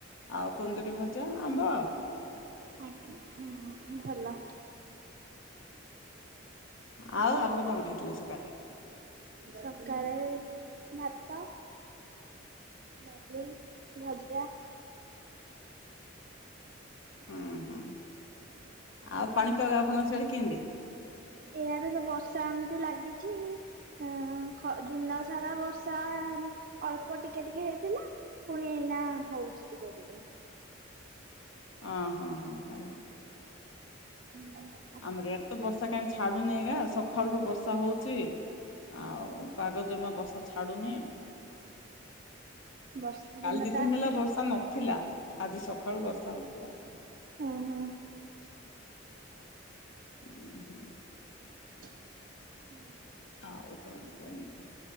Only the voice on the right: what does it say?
ଆଜ୍ଞ ଭଲ।
ସକାଳେ ଭାତ। ଡାଲି, ଭଜା।
ଏଆଡେ ତ ବର୍ଷା ଏମିତି ଲାଗିଛି। ହଁ ଖ ଦିନ ସାରା ବର୍ଷା ଅଳ୍ପ ଟିକେ ଟିକେ ହେଇଥିଲା। ପୁଣି ଏଇନା ହୋଉଛି ଟିକେ ଟିକେ।
ହଁ
ବର୍ଷା
ତ
ଆସିଲା।
ଉ ହଁ
<inaudible>